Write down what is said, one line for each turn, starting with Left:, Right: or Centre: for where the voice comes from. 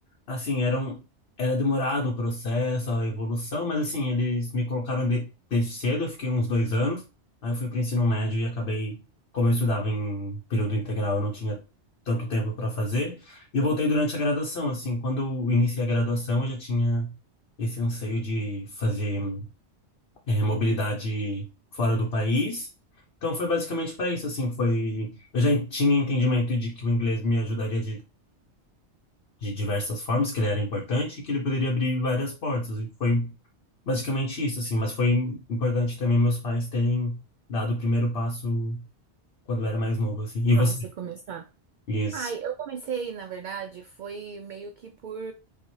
Left: assim, era um, era demorado o processo, a evolução, mas assim, eles me colocaram de, desde cedo, eu fiquei uns dois anos, aí eu fui para o ensino médio e acabei, como eu estudava em período integral, eu não tinha tanto tempo para fazer, e eu voltei durante a graduação, assim, quando eu iniciei a graduação, eu já tinha esse anseio de fazer eh, mobilidade fora do país, Então foi basicamente para isso, assim, foi... Eu já tinha entendimento de que o inglês me ajudaria de, de diversas formas, que ele era importante e que ele poderia abrir várias portas. E foi basicamente isso, assim. Mas foi importante também meus pais terem dado o primeiro passo quando eu era mais novo, assim. E
Right: Para
Left: você?
Right: você começar.
Left: Isso.
Right: Ai, eu comecei, na verdade, foi meio que por.